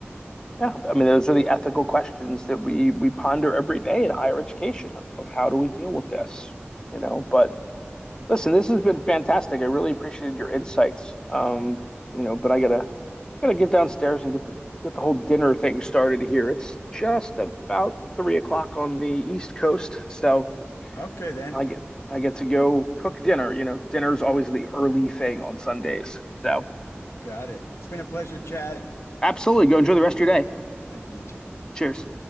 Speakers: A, on the left (about 15°); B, on the left (about 75°).
A: Yeah, I mean, those are the ethical questions that we we ponder every day in higher education of, of how do we deal with this, you know? But listen, this has been fantastic. I really appreciated your insights. Um, you know, but I gotta gotta get downstairs and get the get the whole dinner thing started here. It's just about three o'clock on the East Coast, so
B: Okay then,
A: I get I get to go cook dinner. You know, dinner's always the early thing on Sundays. So
B: got it. It's been a pleasure chatting.
A: absolutely go enjoy the rest of your day.
B: Thank you, you too.
A: Cheers.